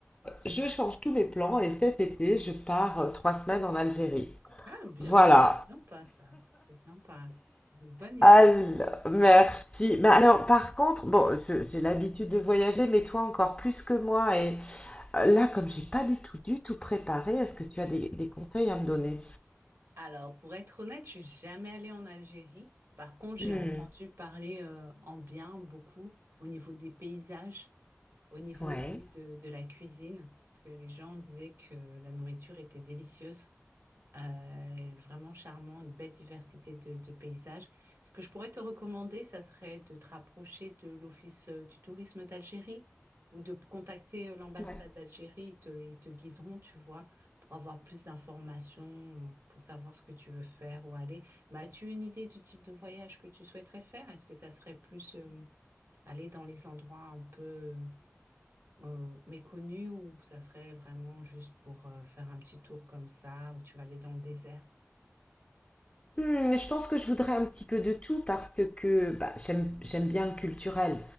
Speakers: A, on the left (about 20°); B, on the right (about 70°).
A: je change tous mes plans et cet été, je pars euh, trois semaines en Algérie.
B: Ah, bien.
A: Voilà.
B: non pas ça. C'est sympa. Une bonne idée.
A: Alors, merci. Mais alors, par contre, bon, je- j'ai l'habitude de voyager, mais toi encore plus que moi. Et euh, là, comme j'ai pas du tout, du tout préparé, est-ce que tu as des, des conseils à me donner?
B: Alors, pour être honnête, je suis jamais allée en Algérie. Par contre, j'ai
A: Hmm,
B: entendu parler euh, en bien beaucoup au niveau des paysages, au niveau
A: ouais.
B: aussi de, de la cuisine, parce que les gens disaient que la nourriture était délicieuse. Euh, vraiment charmant, une belle diversité de, de paysages. Ce que je pourrais te recommander, ça serait de te rapprocher de l'Office euh, du tourisme d'Algérie ou de contacter euh, l'ambassade
A: ouais.
B: d'Algérie. Ils te, ils te guideront, tu vois, pour avoir plus d'informations, euh, pour savoir ce que tu veux faire, ou aller. Bah, as-tu une idée du type de voyage que tu souhaiterais faire? Est-ce que ça serait plus euh, aller dans les endroits un peu euh, méconnus ou ça serait vraiment juste pour euh, faire un petit tour comme ça, où tu vas aller dans le désert?
A: Hmm, je pense que je voudrais un petit peu de tout parce que bah, j'aime, j'aime bien le culturel.